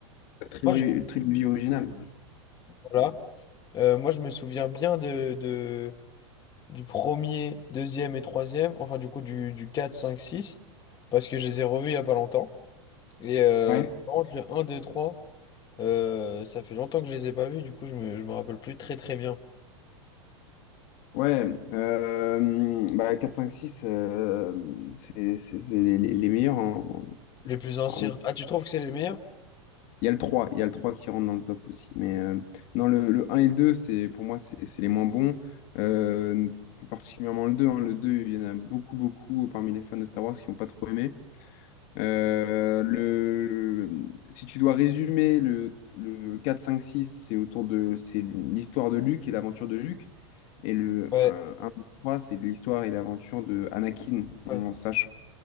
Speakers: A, on the left; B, on the left.
A: La trilogie,
B: moi je,
A: trilogie originale.
B: voilà Euh, moi je me souviens bien de, de du premier deuxième et troisième enfin du coup du, du quatre cinq six parce que je les ai revus il y a pas longtemps et euh,
A: Ouais,
B: par contre le un deux trois euh, ça fait longtemps que je les ai pas vus du coup je me, je me rappelle plus très très bien
A: ouais. euh, bah, quatre cinq six euh, c'est c'est- c'est les, les- les meilleurs. en- en-
B: Les plus anciens.
A: parmi-
B: Ah, tu trouves que c'est les meilleurs?
A: Il y a le 3 il y a le 3 qui rentre dans le top aussi. Mais euh, non, le, le un et le 2, c'est, pour moi, c'est c'est les moins bons. Euh, plus particulièrement le deux hein. Le deux il y en a beaucoup, beaucoup parmi les fans de Star Wars qui n'ont pas trop aimé. Euh, le, si tu dois résumer le, le 4 5 six c'est autour de, c'est l'histoire de Luke et l'aventure de Luke. Et le
B: Ouais,
A: un, deux, trois, c'est l'histoire et l'aventure de Anakin,
B: ouais,
A: en sachant